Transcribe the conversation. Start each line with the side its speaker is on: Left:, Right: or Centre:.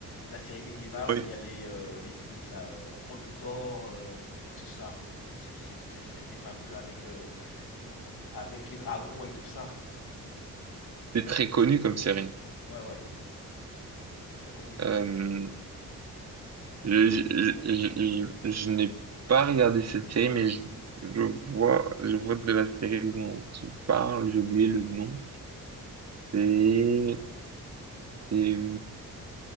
Left: La série médiévale
Right: Oui.
Left: où il y a les, euh, les trucs là, euh, Hold d'or euh, et tout ça. C'est- c'est- c'est- C'était fameux avec, euh, avec les dragons et tout ça.
Right: C'est très connu comme série.
Left: Ouais, ouais, très connu, très
Right: Euh,
Left: très.
Right: je, je, je, je- je n'ai pas regardé cette série, mais je, je vois, je vois de la série dont tu parles, j'ai oublié le nom. C'est, c'est,